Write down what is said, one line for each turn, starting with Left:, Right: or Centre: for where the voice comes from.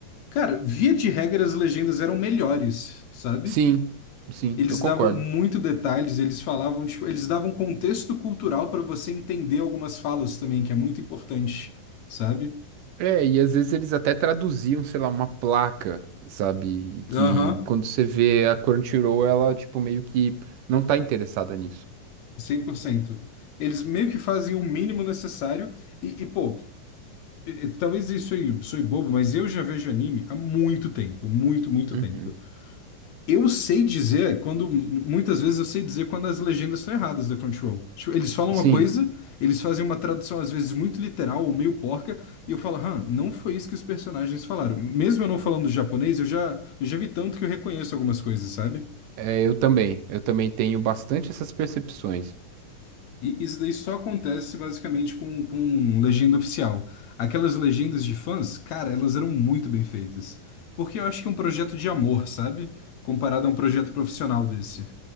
Left: Cara, via de regra, as legendas eram melhores, sabe?
Right: Sim, sim,
Left: Eles
Right: eu concordo.
Left: davam muito detalhes, eles falavam, tipo, eles davam contexto cultural pra você entender algumas falas também, que é muito importante, sabe?
Right: É, e às vezes eles até traduziam, sei lá, uma placa, sabe? E Que
Left: Aham.
Right: quando você vê a Crunchyroll, ela, tipo, meio que não tá interessada nisso.
Left: cem por cento Eles meio que fazem o mínimo necessário e, e, pô, e- e talvez isso aí soe bobo, mas eu já vejo anime há muito tempo, muito, muito
Right: Uhum.
Left: tempo. Eu sei dizer quando, muitas vezes eu sei dizer quando as legendas estão erradas da Crunchyroll. Tipo, eles falam
Right: Sim,
Left: uma coisa, eles fazem uma tradução às vezes muito literal ou meio porca, e eu falo, hã, não foi isso que os personagens falaram. Mesmo eu não falando japonês, eu já, eu já vi tanto que eu reconheço algumas coisas, sabe?
Right: é, eu também. Eu também tenho bastante essas percepções.
Left: E isso daí só acontece basicamente com, com legenda oficial. Aquelas legendas de fãs, cara, elas eram muito bem feitas. Porque eu acho que é um projeto de amor, sabe? Comparado a um projeto profissional desse.